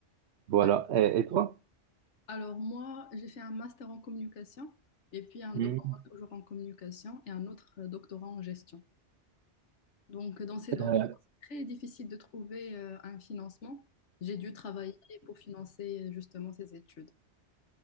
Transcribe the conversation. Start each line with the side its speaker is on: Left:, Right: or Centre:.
Right: Voilà.
Left: D'accord.
Right: Et, et toi?
Left: Alors moi, j'ai fait un master en communication et puis un
Right: Hmm.
Left: doctorat toujours en communication et un autre euh, doctorat en gestion. Donc, dans ces domaines,
Right: Euh,
Left: c'est très difficile de trouver euh, un financement. J'ai dû travailler pour financer euh, justement ces études.